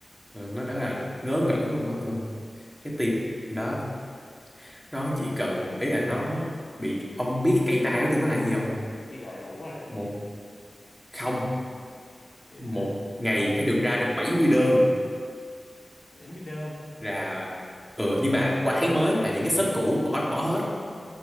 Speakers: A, in the centre; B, on the left.
A: ờ, nó đã là ngớ ngẩn luôn mày hiểu không cái team đó nó chỉ cần ý là nó bị ông biết cái cây tay đó thì nó là cái gì không
B: Chỉ gọi đủ là được cái
A: một
B: gì?
A: không
B: Chứ
A: một
B: sao?
A: ngày phải được ra được 70 đơn
B: Mỹ mới đơn.
A: là ừ nhưng mà qua tháng mới là những cái shop cũ bỏ bỏ hết